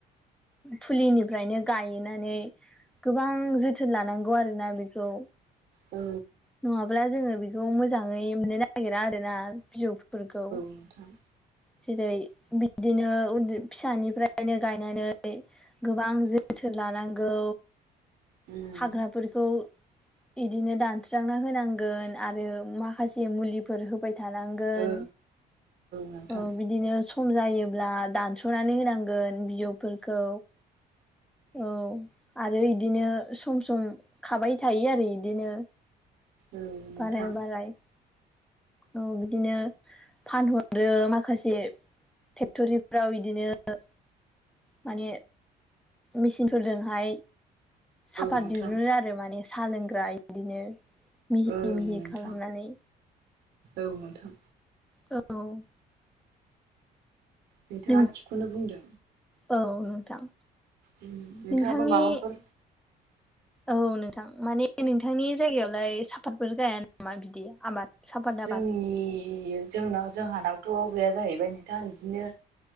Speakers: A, in the centre; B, on the right.
A: फुलिनि फ्रायनो गायनानै गोबां जोथोन लानांगौ आरोना बेखौ।
B: औ
A: नङाब्ला जोङो बेखौ मोजाङै मोननो नागिरा आरो ना बिजौफोरखौ।
B: नोंथां
A: जेरै बिदिनो उनदै फिसानिफ्रायनो गायनानै गोबां जोथोन लानांगौ।
B: ओं
A: हाग्राफोरखौ इदिनो दान होनांगोन आरो माखासे मुलि फोर होबाय थानांगोन
B: औ नोंथां
A: ओ बिदिनो सम जायोब्ला दानस'नानै होनांगोन बिजौफोरखौ। औ आरो इदिनो सम सम खाबाय थायो आरो इदिनो।
B: ओं औ नोंथां
A: बाराय बाराय औ बिदिनो फानहरो माखासे फेक्टरिफोराव बिदिनो। ओ माने मेसििन फोरजोंहाय साफात
B: नोंथां
A: दहुनो आरो माने साहा लोंग्रा इदिनो मिहि
B: ओं
A: मिहि
B: नोंथां
A: खालामनानै
B: औ नोंथां
A: औ
B: नोंथाङा
A: नों
B: थिगखौनो बुंदों
A: औ नोंथां
B: नोंथाङाबो
A: नोंथांनि
B: माबाफोर
A: औ नोंथां माने नोंथांनि जायगायावलाय साफातफोर गाया नामा बिदि आबाद सापात
B: जोंनि
A: आबाद
B: जोंनाव जोंहानावथ' गैया जाहैबाय नोंथां बिदिनो